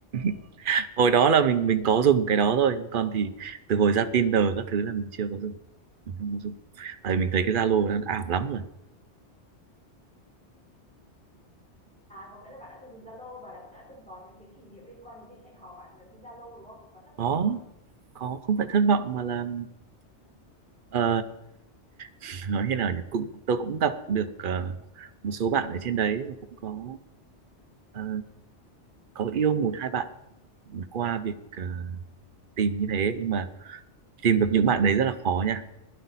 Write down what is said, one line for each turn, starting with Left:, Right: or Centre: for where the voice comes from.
Right: <laughs> Hồi đó là mình mình có dùng cái đó thôi, còn thì từ hồi ra Tinder các thứ là mình chưa có dùng. Mình không có dùng. Tại mình thấy cái Zalo nó ảo lắm rồi.
Centre: À, có nghĩa là bạn đã từng dùng Zalo và đã, đã từng có những cái kỷ niệm liên quan đến việc hẹn hò bạn ở trên Zalo đúng không? Và thất
Right: Có
Centre: vọng à?
Right: có không phải thất vọng mà là ờ, <laughs> nói như nào nhỉ? Cũng tôi cũng gặp được ờ, một số bạn ở trên đấy và cũng có ờ, có yêu một hai bạn qua việc ờ, tìm như thế nhưng mà tìm được những bạn đấy rất là khó nha